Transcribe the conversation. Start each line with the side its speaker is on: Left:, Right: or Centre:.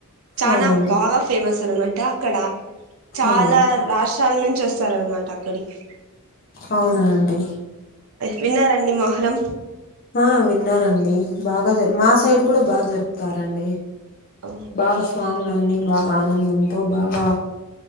Right: చానా
Left: అవునండి
Right: బాగా ఫేమస్ సలం అంటే అక్కడ చాలా
Left: అవునండి
Right: రాష్ట్రాల నుంచి చ్చ చేస్తారనమాట అక్కడికి
Left: అవునండి
Right: విన్న రండి మోహరం
Left: ఆ విన్ననండి బాగా జ మా సైడ్ కూడా బాగా జరిపూ చెప్తారండి
Right: ఓ
Left: బాగా స్వాములను బాగా ఆనందంతో బాగా